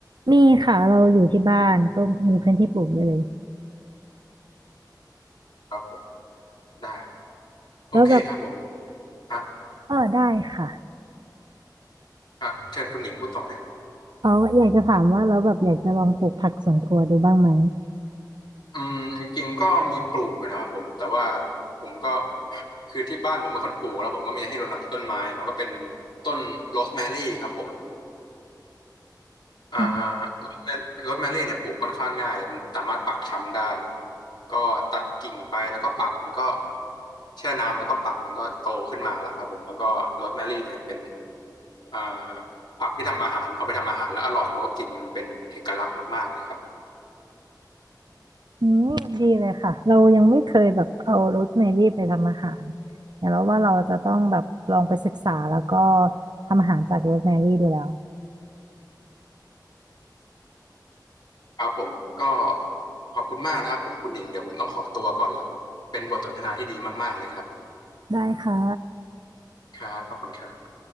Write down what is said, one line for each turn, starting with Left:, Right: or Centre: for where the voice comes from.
Right: มีค่ะเราอยู่ที่บ้านก็มีพื้นที่ปลูกเยอะเลย
Left: ครับผมได้โอเคครับผม
Right: แล้วแบบ
Left: ฮะ
Right: เออได้ค่ะ
Left: ฮะเชิญคุณหนิงพูดต่อเลย
Right: อ๋ออยากจะถามว่าเราแล้วแบบอยากจะลองปลูกผักสวนครัวดูบ้างไหม
Left: อืมจริงๆก็มีปลูกอยู่นะครับผมแต่ว่าผมก็คือที่บ้านผมเป็นคนปลูกแล้วผมก็มีให้รดน้ำต้นไม้เนาะก็เป็นต้นโรสแมรี่ครับผม อ่า
Right: อัน
Left: โรสแมรี่เนี่ยปลูกค่อนข้างง่ายเลยมันสามารถปักช้ำได้ก็ตัดกิ่งไปแล้วก็ปักมันก็แช่น้ำแล้วก็ปักมันก็โตขึ้นมาแล้วครับผมแล้วก็โรสแมรี่เนี่ยเป็นอ่าผักที่ทำอาหารเอาไปทำอาหารแล้วอร่อยเพราะว่ากินมันเป็นเอกลักษณ์มากๆเลยครับ
Right: นี้ดีเลยค่ะเรายังไม่เคยแบบเอาโรสแมรี่ไปทำอาหารแต่เราว่าเราจะต้องแบบลองไปศึกษาแล้วก็ทำอาหารจากโรสแมรี่ดูแล้ว
Left: ครับผมก็ขอบคุณมากนะครับผมคุณหญิงเดี๋ยวผมต้องขอตัวก่อนละเป็นบทสนทนาที่ดีมากๆเลยครับ
Right: ได้ค่ะ
Left: ครับขอบคุณครับ